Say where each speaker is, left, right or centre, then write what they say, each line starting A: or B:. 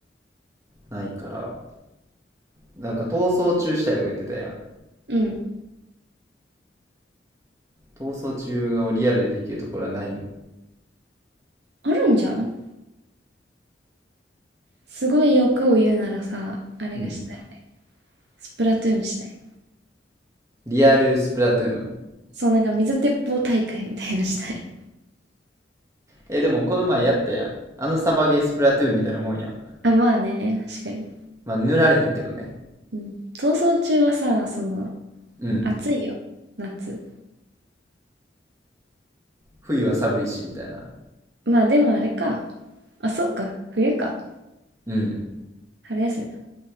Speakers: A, on the right; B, on the right.
A: ないから、なんか逃走中したいとか言ってたやん。
B: うん。うん。
A: 逃走中をリアルでできるところはないの。
B: あるんじゃんすごい欲を言うならさ、あれがしたい。
A: うん。
B: スプラトゥーンしたい。
A: リアルスプラトゥーン。
B: そう、なんか水鉄砲大会みたいなのしたい。
A: え、でもこの前やったやん。あのサバゲースプラトゥーンみたいなもんやん。
B: <laughs> あ、まあね、確かに。
A: まあ、塗られへんけどね。
B: うん。逃走中はさ、その、
A: うん。
B: 暑いよ、夏。
A: 冬は寒いし、みたいな。
B: まあでもあれか。あ、そっか、冬か。
A: うん。
B: 春休みだ。